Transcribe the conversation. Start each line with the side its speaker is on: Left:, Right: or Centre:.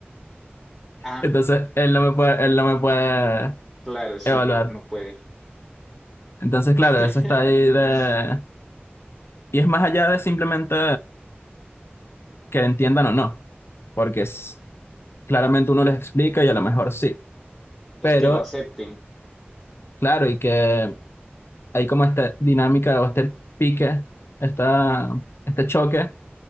Centre: Ah,
Left: Entonces, él no me puede, él no me puede
Centre: claro, sí,
Left: evaluar.
Centre: no, no puede.
Left: Entonces, claro,
Centre: <laughs>
Left: eso está ahí de... Y es más allá de simplemente que entiendan o no, porque es, claramente uno les explica y a lo mejor sí.
Centre: Es
Left: Pero,
Centre: que lo acepten.
Left: claro, y que hay como esta dinámica o este pique, esta, este choque